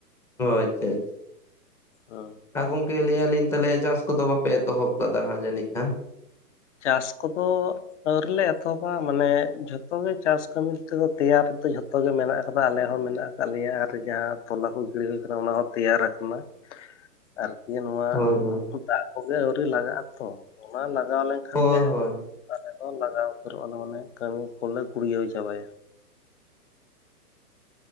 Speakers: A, in the centre; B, on the left.
A: ᱟᱪᱪᱷᱟ ᱟᱪᱪᱷᱟ
B: ᱦᱩᱸ
A: ᱜᱚᱝᱠᱮ ᱞᱟᱹᱭᱟᱹᱞᱤᱧ ᱛᱟᱦᱚᱞᱮ ᱪᱟᱥ ᱠᱚᱫᱚ ᱵᱟᱯᱮ ᱮᱛᱚᱦᱚᱵ ᱟᱠᱟᱫᱟ ᱦᱟᱸᱜ ᱡᱟᱹᱱᱤᱡ ᱠᱷᱟᱱ ᱾
B: ᱪᱟᱥ ᱠᱚᱫᱚ ᱟᱹᱣᱨᱤ ᱞᱮ ᱮᱛᱚᱦᱚᱵᱟ, ᱢᱟᱱᱮ ᱡᱷᱚᱛᱚ ᱜᱮ ᱪᱟᱥ ᱠᱟᱹᱢᱤ ᱛᱮᱫᱚ ᱛᱮᱭᱟᱨ ᱫᱚ ᱡᱷᱚᱛᱚ ᱜᱮ ᱢᱮᱱᱟᱜ ᱟᱠᱟᱫᱟ, ᱟᱞᱮ ᱦᱚᱸ ᱢᱮᱱᱟᱜ ᱟᱠᱟᱫᱟ ᱾ ᱞᱮᱭᱟ ᱟᱨ ᱡᱟᱦᱟᱸ ᱛᱚᱞᱟ ᱠᱚ ᱜᱤᱲᱤ ᱦᱩᱭ ᱟᱠᱟᱱᱟ, ᱚᱱᱟ ᱦᱚᱸ ᱛᱮᱭᱟᱨ ᱟᱠᱟᱱᱟ ᱾
A: <unintelligible>
B: ᱟᱨᱠᱤ ᱱᱚᱣᱟ
A: ᱦᱳᱭ ᱦᱳᱭ
B: ᱫᱟᱜ ᱠᱚᱜᱮ ᱟᱹᱣᱨᱤ ᱞᱟᱜᱟᱜ ᱟ ᱛᱚ ᱚᱱᱟ ᱞᱟᱜᱟᱣ ᱞᱮᱱᱠᱷᱟᱱ, ᱮ ᱠᱷᱟᱱ
A: ᱦᱳᱭ
B: ᱜᱮ
A: ᱦᱳᱭ
B: ᱟᱞᱮ ᱫᱚ ᱞᱟᱜᱟᱣ ᱩᱛᱟᱹᱨᱚᱜ ᱟᱞᱮ ᱚᱱᱮ ᱠᱟᱹᱢᱤ ᱠᱚᱞᱮ ᱜᱩᱲᱭᱟᱹᱣ ᱪᱟᱵᱟᱭᱟ ᱾